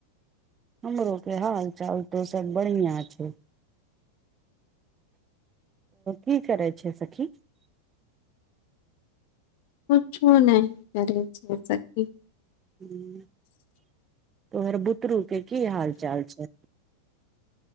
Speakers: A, on the right; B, on the left.
A: हमरो के हाल चाल तो सब बढ़िया छै की करै छै सखी
B: कुछो नहि करै छै सखि
A: ह तोहर बुतरू के की हाल चाल छै